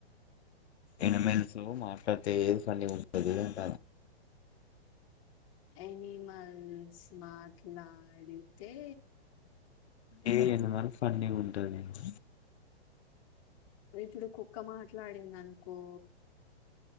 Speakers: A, on the left; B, on the left.
A: ఎమెనుసులు మాటతే ఏది పని ఉంటదు అంట
B: ఎనిమల్స్ మాట్లాడితే
A: ఏదిన్న మన ఫన్నీగా ఉంటంది నను
B: ఇప్పుడు కుక్క మాట్లాడింద అనుకో